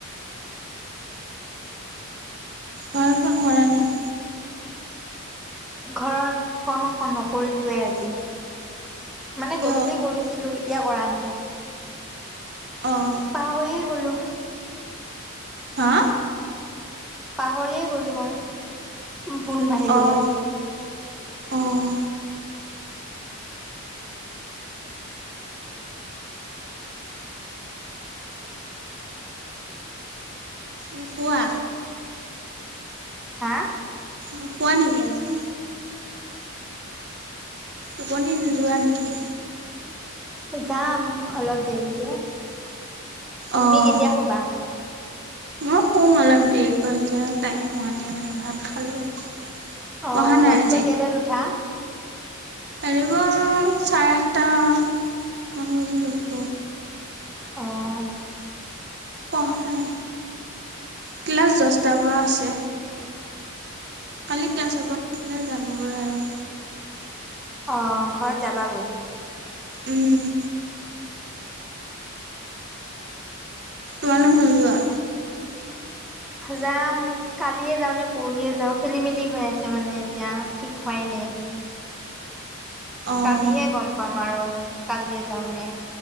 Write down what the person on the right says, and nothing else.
মায়ে ফ'ন কৰা নাই?
কিয়?
অঁ
হা
অঁ অঁ নুশুৱা?
নুশুৱা নিকি আজি? টোপনি নোযোৱা নিকি?
অঁ
মই শুম অলপ দেৰিকৈ এতিয়া টাইম হোৱা নাই মানে ভাত খালোঁ।
পঢ়া নাই
আজি
ৰাতিপুৱা চাৰে আঠটা মান বজাত উঠোঁ,
নহয় মানে ক্লাছ দচটাৰ পা আছে! কালি ক্লাছৰ পা <unintelligible> যামগৈ আৰু,
উম তোমালোক নোযোৱা?
অঁ